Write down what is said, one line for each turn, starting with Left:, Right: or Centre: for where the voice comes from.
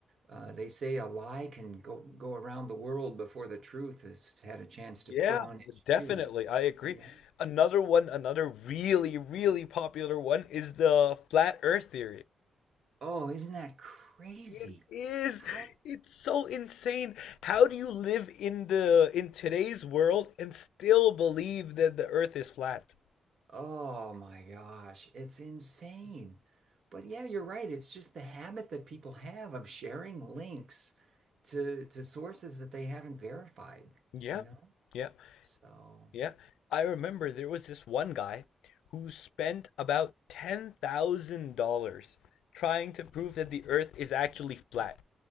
Right: Uh, they say a lie can go go around the world before the truth has had a chance to
Left: yeah,
Right: put on its
Left: definitely.
Right: shoes,
Left: I agree.
Right: you know?
Left: Another one, another really, really popular one is the flat Earth theory.
Right: Oh, isn't that crazy?
Left: It
Right: Yeah.
Left: is.
Right: How
Left: It's so insane. How do you live in the in today's world and still believe that the earth is flat?
Right: Oh my gosh, it's insane. But yeah, you're right. It's just the habit that people have of sharing links to to sources that they haven't verified,
Left: Yeah.
Right: you know?
Left: Yeah.
Right: So,
Left: Yeah. I remember there was this one guy who spent about $10,000 trying to prove that the earth is actually flat.